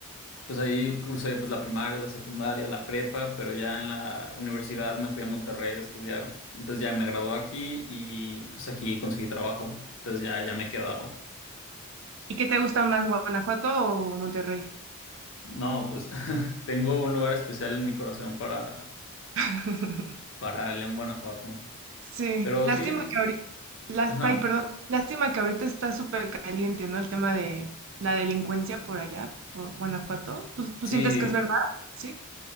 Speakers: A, on the left (about 60°); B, on the right (about 60°).
A: pues ahí cursé pues la primaria, la secundaria, la prepa, pero ya en la universidad me fui a Monterrey a estudiar. Y Entonces ya me gradué aquí y pues aquí conseguí trabajo, entonces ya, ya me he quedado.
B: ¿Y qué te gusta más, Guanajuato o Monterrey?
A: No, pues <laughs> tengo un lugar especial en mi corazón para
B: <laughs>
A: para León, Guanajuato.
B: Sí,
A: Pero
B: lástima
A: sí, Mon-
B: que ahorita,
A: ajá.
B: ay, perdón, lástima que ahorita está súper caliente, ¿no? El tema de la delincuencia por allá, por Guanajuato. ¿Tú, tú
A: Sí,
B: sientes que es verdad? Sí.